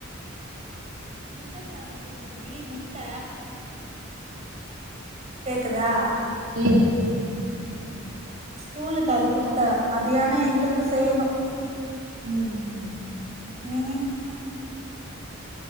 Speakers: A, on the right; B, on the right.
A: முட்ட சாதம் குடுத்தன்டீ முட்ட கேக்குதா
B: ம்
A: ஸ்கூலுக்கு அது குடுத்தா மதியானம் எங்களுக்கு செய்யணு
B: ம் ம்
A: நீ